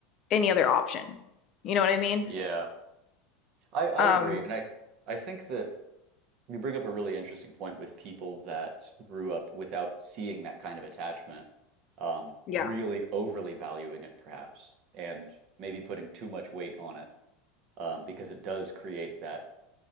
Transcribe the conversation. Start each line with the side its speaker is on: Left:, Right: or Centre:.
Left: any other option. You know what I mean?
Right: Yeah, I, I
Left: Um,
Right: agree. And I, I think that You bring up a really interesting point with people that grew up without seeing that kind of attachment, um,
Left: yeah,
Right: really overly valuing it perhaps, and maybe putting too much weight on it, um, because it does create that